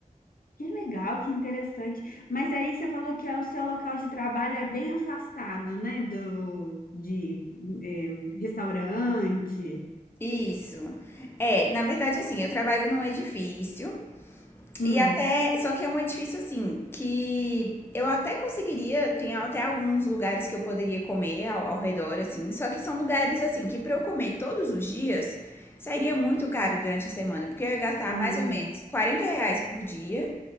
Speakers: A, on the left (about 80°); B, on the left (about 15°).
A: Que legal, que interessante. Mas aí você falou que é o seu local de trabalho é bem afastado, né, do de é, restaurante.
B: Isso. É, na verdade, assim, eu trabalho num edifício
A: Hum.
B: e até, só que é um edifício assim que eu até conseguiria, tem até alguns lugares que eu poderia comer ao, ao redor, assim, só que são lugares assim que para eu comer todos os dias sairia muito caro durante a semana, porque eu ia gastar
A: Ah,
B: mais ou menos 40 reais por dia.